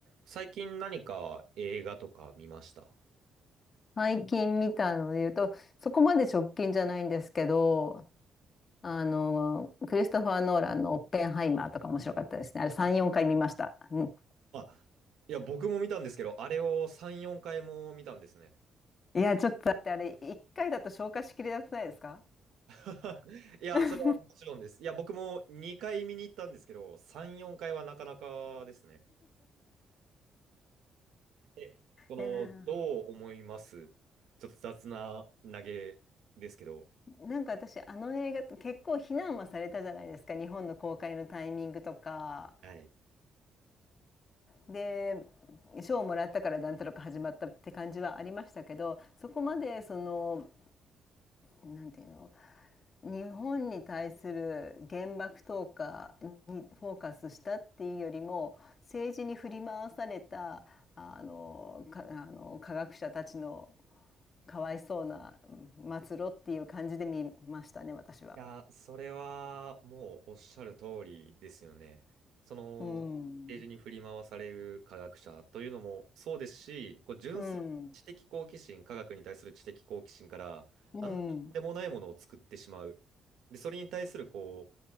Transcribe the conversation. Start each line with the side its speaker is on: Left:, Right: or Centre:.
Right: 最近何か映画とか見ました
Left: 最近見たので言うと、そこまで直近じゃないんですけど、あの、クリストファー・ノーランのオッペンハイマーとか面白かったですね。あれ3、4回見ました。うん。
Right: あ、いや、僕も見たんですけど、あれを3、4回も見たんですね。
Left: いや、ちょっとだってあれ、1回だと消化しきれなくないですか
Right: <laughs> いや、
Left: <laughs> い
Right: それはもちろんです。いや、僕も2回見に行ったんですけど、3、4回はなかなかですね。え、その、
Left: や
Right: どう思いますちょっと雑な投げですけど。
Left: ーなんか私あの映画結構非難はされたじゃないですか日本の公開のタイミングとか
Right: はい
Left: で賞をもらったからなんとなく始まったって感じはありましたけどそこまでそのなんていうの日本に対する原爆投下にフォーカスしたっていうよりも政治に振り回されたあのかあの科学者たちのかわいそうな末路っていう感じで見ましたね私は。
Right: や、それはもうおっしゃる通りですよね。その、
Left: うん、
Right: ページに振り回される科学者というのもそうですし、こう純粋な知的好奇心、
Left: うん、
Right: 科学に対する知的好奇心から、
Left: うん、
Right: あんなとんでもないものを作ってしまう。で、それに対する、こ